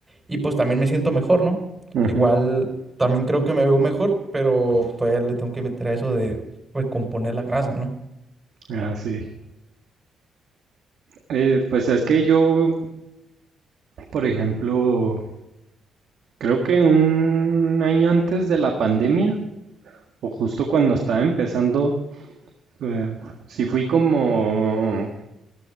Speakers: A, on the right; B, on the right.
A: Y pues también me siento mejor, ¿no?
B: ujú.
A: Igual también creo que me veo mejor, pero todavía le tengo que meter a eso de recomponer la grasa, ¿no?
B: Ah, sí. Eh, pues es que yo, por ejemplo, creo que un año antes de la pandemia, o justo cuando estaba empezando, eh, sí fui como